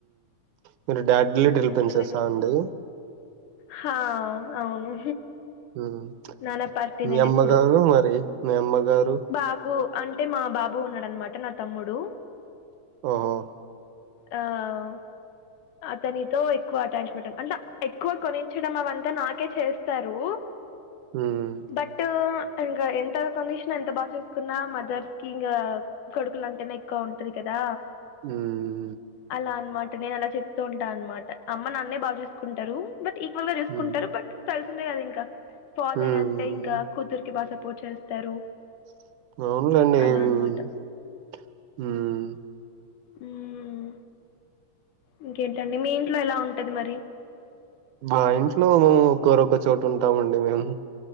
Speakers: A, on the right; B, on the left.
A: మీర్ డాడ్ లిటిల్
B: మ్మ్
A: పిన్సేసా
B: ఫుల్ ఎమోషన్స్
A: అండి.
B: హా అవును
A: హ్మ్.
B: నాన్న పార్టీ
A: మీ
B: నేన్
A: అమ్మగారు
B: నేప్పుడు
A: మరి? మీ అమ్మగారు?
B: బాబు అంటే మా బాబు ఉన్నాడనమాట నా తమ్ముడు
A: ఓహో
B: ఆ అవ్ అతనితో ఎక్కువ అటాచ్మెంట్ అంటే ఎక్కువ కొనించడం అవంతా నాకే చేస్తారు.
A: హ్మ్.
B: బట్టు ఇంకా ఎంత కొనిష్ణా ఎంత బాగా చూసుకున్నా మదర్స్ కి ఇంకా కొడుకులు అంటేనే ఎక్కువ ఉంటది కదా
A: హుహ్
B: అలా అన్మాట. నేను అలా చెప్తూ ఉంటా అన్మాట. అమ్మ నాన్నే బా చూసుకుంటారు. బట్ ఈక్వల్ గా చూసుకుంటారు.
A: హ్మ్.
B: బట్ తెలిసిందే కద ఇంక. ఫాదర్
A: హ్మ్.
B: అంటే ఇంక కూతుర్కి బా స పోట్ చేస్తారు.
A: అవునులేండి.
B: అలా అనమాట
A: మ్. మ్మ్.
B: మ్. ఇంకేంటండి మీ ఇంట్లో ఎలా ఉంటది మరి?
A: మా ఇంట్లో మేము ఒక్కోరొక చోటుంటామండీ. మేము.